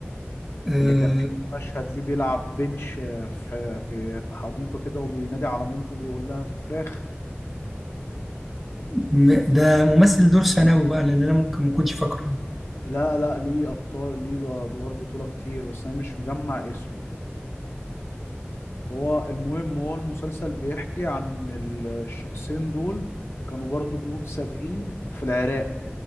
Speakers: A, in the centre; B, on the left.
A: آه،
B: اللي كان فيه مشهد ليه بيلعب بنش آه، في في في حديقة كده وبينادي على مامته بيقول لها في فراخ
A: م- ده ممثل دور ثانوي بقى لان انا ممكن ما اكونش فاكره
B: لا لا ليه ابطال ليه ادوار بطولة كتير بس انا مش مجمع اسمه هو المهم هو المسلسل بيحكي عن ال- الشخصين دول كانوا برضو جنود سابقين في العراق